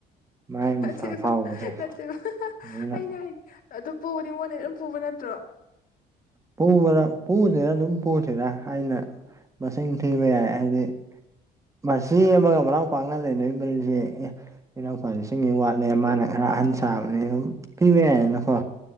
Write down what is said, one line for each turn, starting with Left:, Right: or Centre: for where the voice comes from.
Right: ꯃꯥꯏ
Left: ꯅꯠꯇꯦꯕ
Right: ꯃꯄꯥ ꯐꯥꯎꯕꯁꯦ
Left: ꯅꯠꯇꯦꯕ ꯍꯥꯍꯥ
Right: ꯑꯗꯨꯅ
Left: ꯑꯩꯩꯅ ꯍꯥꯏꯗꯤ ꯑꯗꯨ ꯄꯨꯕꯗꯤ ꯃꯉꯣꯟꯗꯩ ꯑꯗꯨꯝ ꯄꯨꯕ ꯅꯠꯇ꯭ꯔꯣ
Right: ꯄꯨꯕꯥꯔꯥ ꯄꯨꯗꯦꯗ ꯑꯗꯨꯝ ꯄꯨꯗꯦꯗ ꯑꯩꯅ ꯃꯁꯤꯡ ꯊꯤꯕ ꯌꯥꯏ ꯍꯥꯏꯗꯤ ꯃꯆꯦ ꯑꯃꯒ ꯃꯅꯥꯎꯄꯥ ꯑꯃꯒ ꯂꯩꯅꯔꯤꯕ ꯃꯔꯤꯖꯦ ꯑꯦ ꯏꯅꯥꯎꯄꯥꯖꯦ ꯁꯤꯡꯒꯩ ꯋꯥꯠꯂꯦ ꯃꯥꯅ ꯈꯔ ꯑꯍꯟ ꯁꯥꯕꯅꯦ ꯑꯗꯨꯝ ꯄꯤꯕ ꯌꯥꯏꯌꯦꯅꯀꯣ